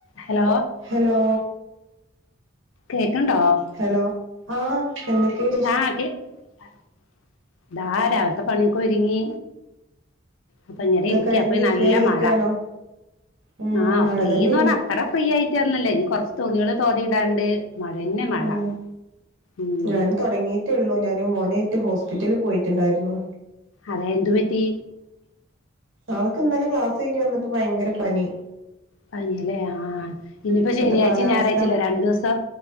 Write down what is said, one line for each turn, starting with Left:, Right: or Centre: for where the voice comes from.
Left: Hello
Right: hello
Left: കേക്ക്ണ്ടോ
Right: hello ആഹ് എന്തൊക്കെയാ
Left: ആഹ് <unintelligible> ദാ രാവിലത്തെ പണിയൊക്കെ ഒരുങ്ങി. അപ്പൊ ഇങ്ങനെ
Right: ഒക്കെ
Left: ഇരിക്ക
Right: കഴിഞ്ഞ്
Left: അപ്പൊ നല്ല
Right: ഫ്രീ ആയിരിക്കയാണോ
Left: മഴ
Right: ഉം
Left: ആഹ്
Right: മഴ
Left: ഫ്രീന്ന്
Right: തന്നെയാണ്
Left: പറ അത്ര ഫ്രീ ആയിട്ടൊന്നല്ല ഇനി കൊറച്ച് തുണികള് തോതിയിടാന്ണ്ട് മഴ തന്നെ മഴ
Right: ഉം
Left: ഉം
Right: ഞാൻ തുടങ്ങിയിട്ടേള്ളൂ ഞാൻ മോനേറ്റ് ഹോസ്പിറ്റല് പോയിട്ടുണ്ടായിരുന്നു
Left: അതെ എന്തു പറ്റി?
Right: അവക്ക് ഇന്നാലെ ക്ലാസ് കഴിഞ്ഞ് വന്നപ്പോ ഭയങ്കര പനി
Left: പനില്ലേ ആഹ് ഇനിയിപ്പോ
Right: ഇപ്പത്തെ
Left: ശനിയായിച്ചിം
Right: കാലാവസ്ഥ
Left: ഞായറാഴ്ചയുല്ലേ രണ്ടു ദിവസം